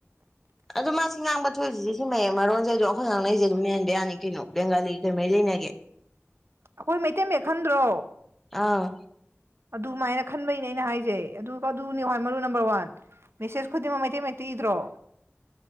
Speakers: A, in the centre; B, on the right.
A: ꯑꯗꯣ ꯃꯥ ꯁꯤ ꯉꯥꯡꯕ ꯊꯣꯛꯣꯏꯔꯤꯁꯤꯁꯦ ꯁꯤ ꯃꯌꯥꯝ ꯃꯔꯣꯟꯁꯦ ꯑꯗꯨꯝ ꯑꯩꯈꯣꯏ ꯉꯥꯡꯅꯩꯁꯦ ꯑꯗꯨꯝ ꯃꯦꯟꯕ ꯌꯥꯅꯤ ꯀꯩꯅꯣ ꯕꯦꯡꯒꯥꯂꯤꯒ ꯀꯩꯃꯔꯤ ꯂꯩꯅꯒꯦ
B: ꯑꯩꯈꯣꯏ ꯃꯩꯇꯩ ꯃꯌꯦꯛ ꯈꯟꯗ꯭ꯔꯣ
A: ꯑꯥ
B: ꯑꯗꯨꯃꯥꯏꯅ ꯈꯟꯕꯩꯅꯦ ꯑꯩꯅ ꯍꯥꯏꯖꯦ ꯑꯗꯨ ꯑꯗꯨꯅꯦ ꯈꯋꯥꯏ ꯃꯔꯨ ꯅꯝꯕꯔ ꯋꯥꯟ ꯃꯦꯁꯦꯖ ꯈꯨꯗꯤꯃꯛ ꯃꯩꯇꯩꯩ ꯃꯌꯦꯛꯇ ꯏꯗ꯭ꯔꯣ